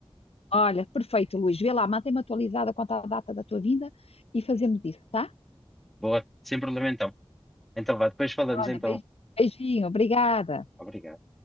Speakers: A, on the left; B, in the centre.
A: olha, perfeito, Luís. Vê lá, mantém-me atualizada quanto à data da tua vinda e fazemos isso, tá?
B: Boa, sem problema então. Então vá, depois falamos
A: Olha,
B: então.
A: beijo- beijinho, obrigada.
B: Obrigado.